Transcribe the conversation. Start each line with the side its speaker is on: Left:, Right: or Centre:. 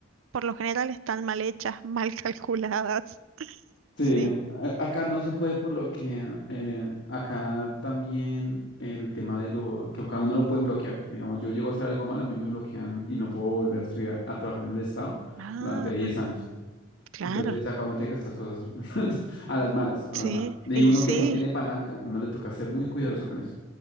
Right: por lo general, están mal hechas, mal <laughs> calculadas.
Left: Sí,
Right: Sí.
Left: a- acá no se puede por lo que eh, acá también el tema de lo que cada uno lo pueden bloquear. Digamos, yo llego a hacer algo mal, a mí me bloquean y no puedo volver a estudiar, a trabajar en el Estado
Right: Ah,
Left: durante 10
Right: ujú.
Left: años.
Right: Claro,
Left: Entonces acá uno tiene que hacer las cosas <laughs> a las malas, a
Right: sí,
Left: las malas. Y
Right: y
Left: uno
Right: sí.
Left: que no tiene palanca, uno le toca ser muy cuidadoso con eso.